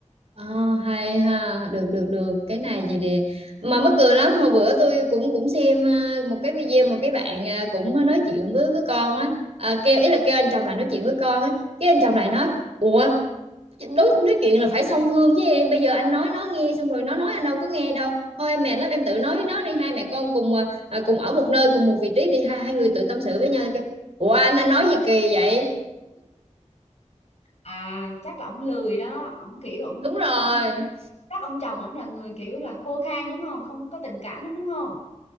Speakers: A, on the right; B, on the left.
A: Ờ, hay ha được được được cái này gì đi mà mắc cười lắm hồi bữa tôi cũng cũng xem ờ, một cái video một cái bạn ờ, cũng nói chuyện với với con á à, kêu ý là kêu anh chồng lại nói chuyện với con á cái anh chồng lại nói ủa đối nói chuyện là phải song phương với em bây giờ anh nói nó nghe xong rồi nó nói anh đâu có nghe đâu thôi em mệt lắm em tự nói với nó đi hai mẹ con cùng ờ, ờ, cùng ở một nơi cùng một vị trí thì hai hai người tự tâm sự với nhau kêu ủa anh anh nói gì kỳ vậy
B: à chắc là ông lười đó ông kiểu ông
A: đúng rồi
B: ông ông chắc ông chồng ông là người kiểu là khô khan đúng không không có tình cảm đúng đúng không